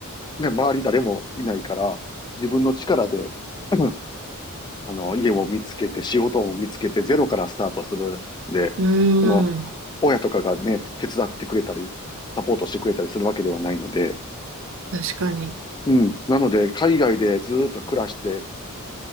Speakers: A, on the left; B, on the right.
A: ね、周り誰もいないから、自分の力で、<clears throat> うんあの、家を見つけて、仕事を見つけて、ゼロからスタートするんで、
B: う
A: その、
B: ん、
A: 親とかがね、手伝ってくれたり、サポートしてくれたりするわけではないので、
B: 確かに、
A: うん。なので、海外でずーっと暮らして